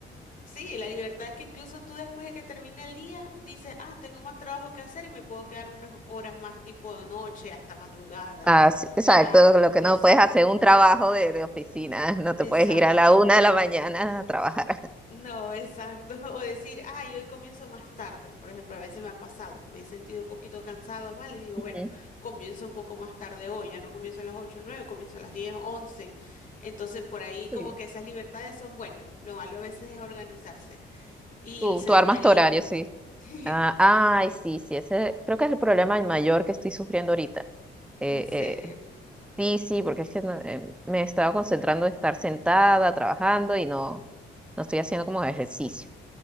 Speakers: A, on the left (about 40°); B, in the centre.
A: sí, la libertad es que incluso tú después de que termine el día dices, ah, tengo más trabajo que hacer y me puedo quedar unas horas más tipo de noche hasta madrugada.
B: Ah, sí, exacto,
A: Ah,
B: lo que
A: exacto,
B: no puedes hacer un trabajo de, de oficina, <laughs> no
A: exacto.
B: te puedes ir a la una de la mañana a trabajar.
A: No, exacto. <laughs> O decir, ay, hoy comienzo más tarde. Por ejemplo, a veces me ha pasado, me he sentido un poquito cansado mal y digo,
B: Ujú,
A: bueno, comienzo un poco más tarde hoy, ya no comienzo a las 8 9, comienzo a las 10 11. Entonces, por ahí
B: Sí.
A: como que esas libertades son buenas. Lo malo a veces es organizarse y
B: Tú,
A: el sedentarismo.
B: tú armas tu horario, sí.
A: <laughs>
B: Ah, ay, sí, sí, ese creo que es el problema mayor que estoy sufriendo ahorita. Eh,
A: En serio.
B: eh, sí, sí, porque es que no, eh, me estaba concentrando en estar sentada, trabajando y no, no estoy haciendo como ejercicio.